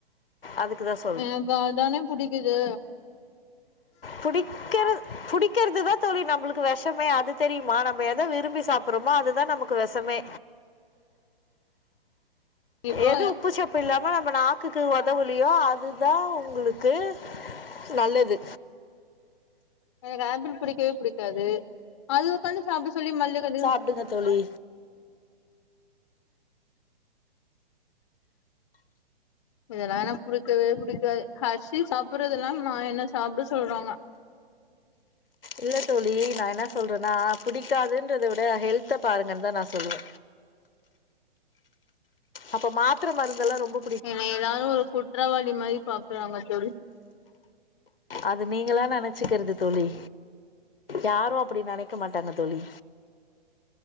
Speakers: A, on the left; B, on the left.
A: அதுக்குதா சொ
B: ஆ இப்ப அதானே புடிக்குது
A: புடிக் கிறத் புடிக்கிறதுதா தோழி நம்பளுக்கு வெஷமே அது தெரியுமா நம்ம எத விரும்பி சாப் புறமோ அதுதா நமக்கு வெசமே
B: இப்போ
A: எது உப்பு சப்பு இல்லாம நம்ம நாக்குக்கு ஒதவுலியோ அ துதா உங்களுக்கு நல்லது
B: எனக்கு ஆப்பிள் பிடிக்கவே பிடிக்காது அது உக்காந்து சாப்ட சொல்லி மல்லு கட்டுறா
A: சாப்டுங்க தோழி
B: இதெல்லா என்க் புடிக்கவே புடிக்காது ஹர்ஷி சாப்புறதெல்லா நா என்ன சாப்ட சொல்றாங்க
A: இல்ல தோழி நா என்ன சொல்றேன்னா புடிக்காதுன்றத விட ஹெல்த பாருங்கன்தா நா சொல்லுவே அப்ப மாத்தர மருந்தெல்லா ரொம்போ
B: என்ன எல்லாரு ஒரு குற்றவாளி மாரி பாக்குறாங்க தோழி
A: அது நீங்களா நெனச்சிக்கிறது தோழி யாரு அப்டி நெனைக்க மாட்டாங்க தோழி